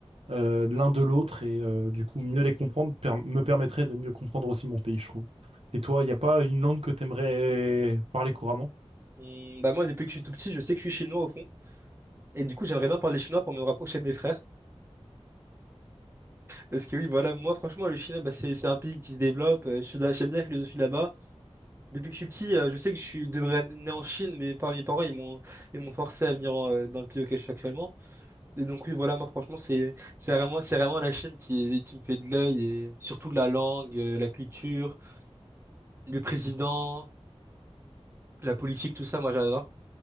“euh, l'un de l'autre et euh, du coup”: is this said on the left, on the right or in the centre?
Right